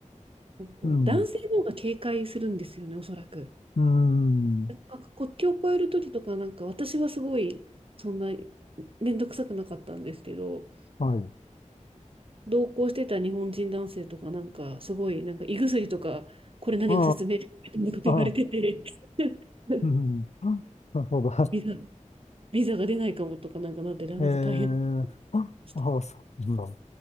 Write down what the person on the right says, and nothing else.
う、なんかこう男性の方が警戒するんですよね、
おそらく。
なんか国境を越える時とか、なんか私はすごい、そんな、面倒くさくなかったんですけど、
同行してた日本人男性とか、なんか、すごい、なんか、胃薬とか、これ何が説明書みたいなこと言われてて、
<laughs>
ビザ、ビザが出ないかもとか、なんかなって、なんか大変で
した。